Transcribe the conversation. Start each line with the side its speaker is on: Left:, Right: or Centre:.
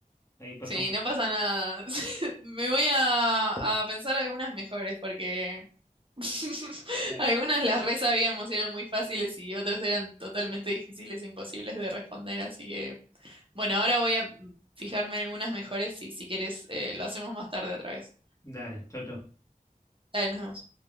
Left: ahí pasamos.
Right: Sí, no pasa nada. <laughs> Me voy a, a pensar algunas mejores porque <laughs>
Left: Dale.
Right: Algunas las re sabíamos y eran muy fáciles y otras eran totalmente difíciles e imposibles de responder, así que bueno, ahora voy a fijarme en algunas mejores y si quieres eh, lo hacemos más tarde otra vez.
Left: Dale, chau, chau.
Right: Dale, nos vemos.